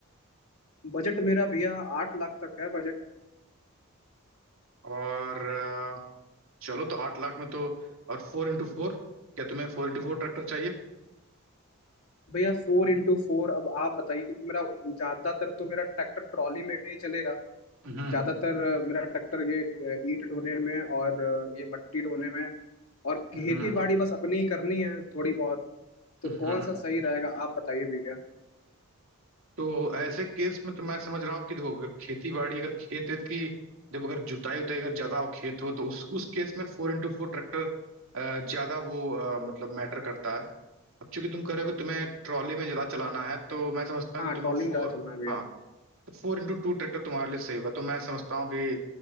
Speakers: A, on the left; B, on the right.
A: बजट मेरा भैया आठ लाख तक है बजट
B: और अ, चलो तो आठ लाख में तो और फोर इंटू फोर क्या तुम्हें फोर इंटू फोर ट्रैक्टर चाहिए
A: भैया फोर इंटू फोर अब आप बताइए क्योंकि मेरा ज्यादातर तो मेरा ट्रैक्टर ट्रॉली में ही चलेगा
B: हम्म
A: ज्यादातर अ, मेरा ट्रैक्टर ये अ, ईंट ढोने में और अ, ये मट्टी ढोने में और
B: हम्म
A: खेती बाड़ी बस अपनी ही करनी है थोड़ी बहुत तो
B: हम्म
A: कौन सा सही रहेगा आप बताइए भैया
B: तो ऐसे केस में तो मैं समझ रहा हूँ कि देखो अगर खेती बाड़ी अगर खेत वेत की जब अगर जुताई उताई अगर ज्यादा हो खेत हो तो उस उस केस में फोर इंटू फोर ट्रैक्टर ज्यादा वो अ, मतलब मैटर करता है अब चूंकि तुम कह रहे हो कि तुम्हें ट्रॉली में ज्यादा चलाना है तो मैं समझता हूँ
A: हाँ
B: कि
A: ट्रॉली
B: तुम फोर
A: में ज्यादा चलना है भैया
B: हाँ तो फोर इंटू टू ट्रैक्टर तुम्हारे लिए सही होगा तो मैं समझता हूँ कि